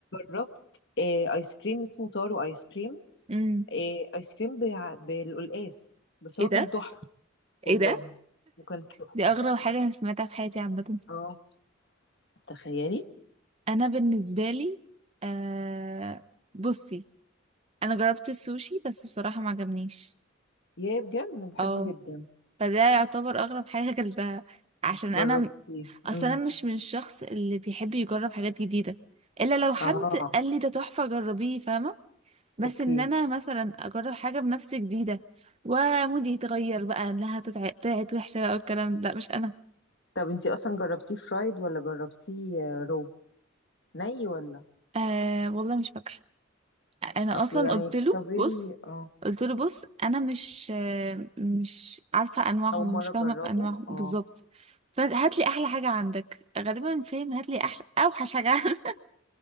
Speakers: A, on the left; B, on the right.
A: جربت آه، ايس كريم اسمه تارو ايس كريم
B: امم
A: إيه ايس كريم بع- بالقلقاس بس
B: ايه
A: هو
B: ده
A: كان تحفه والله
B: ايه ده
A: وكان تحفه
B: دي اغرب حاجة انا سمعتها في حياتي عامة
A: اه تخيلي
B: انا بالنسبة لي آه بصي انا جربت السوشي بس بصراحة ما عجبنيش
A: يا بجد انا بحبه
B: اه
A: جدا
B: فده يعتبر اغرب حاجة اكلتها عشان
A: جربتيه
B: انا اصل
A: امم
B: انا مش من الشخص اللي بيحب يجرب حاجات جديده الا لو حد
A: اه
B: قال لي ده تحفه جربيه فاهمه بس
A: اوكي
B: ان انا مثلا اجرب حاجه بنفسي جديده ومودي يتغير بقى لا هتتع- طلعت وحشه بقى والكلام ده لا مش انا
A: طب انتي اصلا جربتيه فرايد ولا جربتيه آه، رو ني ولا
B: آه والله مش فاكره انا
A: اصل
B: اصلا
A: يعني
B: قلت له
A: طبيعي
B: بص
A: اه
B: قلت له بص انا مش آه مش عارفه انواعهم
A: اول مره
B: مش فاهمه
A: اجربه
B: بانواعهم
A: اه
B: بالظبط فهات لي احلى حاجه عندك غالبا فاهم هات لي احلى اوحش حاجه عندك